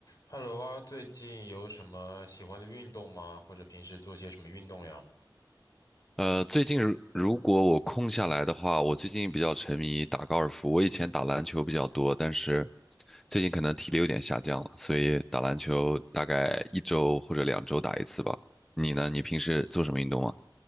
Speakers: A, on the left; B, in the centre.
A: Hello 啊，最近有什么喜欢的运动吗？或者平时做些什么运动呀？
B: 呃，最近如如果我空下来的话，我最近比较沉迷打高尔夫。我以前打篮球比较多，但是最近可能体力有点下降了，所以打篮球大概一周或者两周打一次吧。你呢？你平时做什么运动啊？